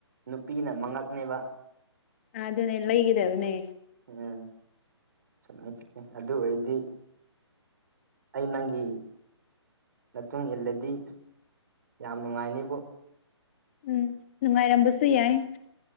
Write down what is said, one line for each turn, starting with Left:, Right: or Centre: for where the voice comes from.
Right: ꯅꯨꯄꯤꯅ ꯃꯉꯛꯅꯦꯕ
Left: ꯑ ꯑꯗꯨꯅꯦ ꯂꯩꯒꯗꯕꯅꯦ
Right: ꯎꯝ ꯆꯨꯝꯃꯦ ꯆꯨꯝꯃꯦ ꯑꯗꯨ ꯑꯣꯏꯔꯗꯤ ꯑꯩ ꯅꯪꯒꯤ ꯃꯇꯨꯡ ꯏꯜꯂꯗꯤ ꯌꯥꯝ ꯅꯨꯡꯉꯥꯏꯅꯤꯕꯨ
Left: ꯎꯝ ꯅꯨꯡꯉꯥꯏꯔꯝꯕꯁꯨ ꯌꯥꯏ